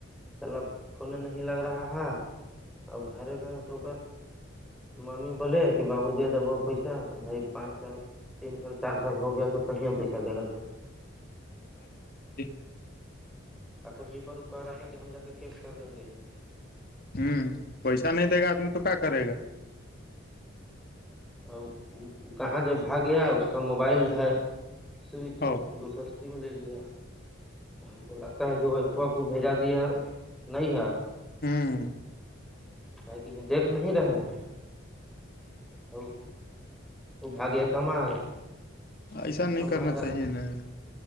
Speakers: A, in the centre; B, on the left.
A: چلب فھنے نہیں لگ رہا ہے ا گھرے گ تو مممی بولے کہ بابو دے دب پیسہ بھائی پانچ سال تین سال چار سال ہو گیا تو کہیں پیسہ دے گا تو
B: بات تو صحیح ہے
A: ٹھاکر جی پر اکار آ تھا کہ ہم جا کے کیس کر دیں گے
B: ہوں پیسہ نہیں دے گا آدمی تو کیا کرے گا
A: ا کہاں جب بھاگ گیا اس کا موبائل ہے سوئچ اور
B: او
A: دوسر لے لیا ہم کو لگتا ہے کہ وہ ف کو بھیجا دیا نہیں یار
B: ہوں
A: کہ کہ یہ دیکھ نہیں رہے ہیں تو تو بھاگیہ کما ہے
B: ایسا نہیں
A: سمار
B: کرنا
A: را
B: چاہیے نا